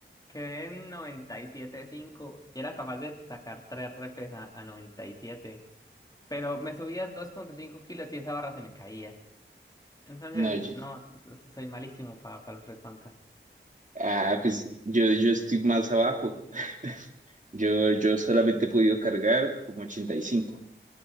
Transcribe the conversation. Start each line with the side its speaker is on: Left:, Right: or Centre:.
Left: Quedé en noventa y siete punto cinco y era capaz de sacar tres repes a, a 97. Pero me subías dos punto cinco kilos y esa barra se me caía. Entonces,
Right: No, yo.
Left: no, so- so- soy malísimo para el press banca.
Right: Ah, pues yo, yo estoy más abajo. <laughs> Yo, yo solamente he podido cargar como 85.